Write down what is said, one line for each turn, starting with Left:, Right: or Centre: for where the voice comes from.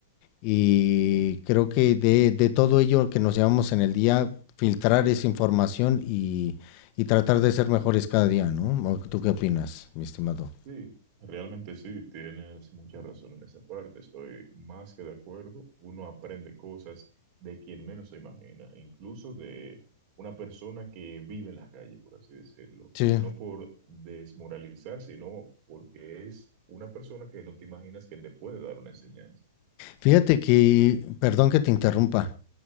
Left: Y creo que de, de todo ello que nos llevamos en el día, filtrar esa información y, y tratar de ser mejores cada día, ¿no? ¿O ¿Tú qué opinas, mi estimado?
Right: Sí, realmente sí, tienes mucha razón en esa parte, estoy más que de acuerdo. Uno aprende cosas de quien menos se imagina, incluso de una persona que vive en la calle, por así decirlo.
Left: Sí.
Right: No por desmoralizar, sino porque es una persona que no te imaginas que te puede dar una enseñanza.
Left: Fíjate que, perdón que te interrumpa,